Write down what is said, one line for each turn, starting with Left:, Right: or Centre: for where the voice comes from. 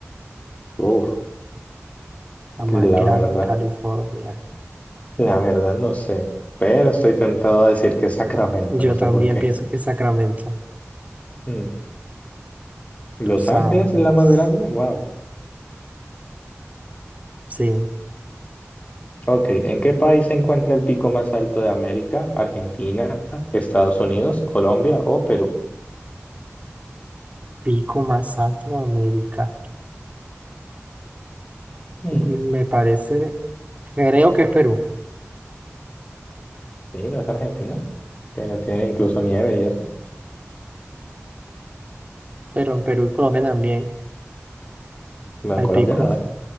Left: Uf,
Right: La más
Left: la
Right: grande
Left: verdad,
Right: de California.
Left: la verdad no sé. Pero estoy tentado a decir que es Sacramento,
Right: Yo
Left: no sé
Right: también
Left: por qué.
Right: pienso que Sacramento.
Left: Mm. Los
Right: Los
Left: Ángeles
Right: Ángeles.
Left: es la más grande, wow.
Right: Sí,
Left: Ok, ¿en qué país se encuentra el pico más alto de América? ¿Argentina, Estados Unidos, Colombia o Perú?
Right: pico más alto de América.
Left: Mm,
Right: Mm, Me parece, creo que es Perú,
Left: Sí, no es Argentina, que ya tienen incluso nieve y eso.
Right: pero en Perú y Colombia también
Left: No,
Right: hay
Left: en Colombia
Right: picos.
Left: no, ¿eh?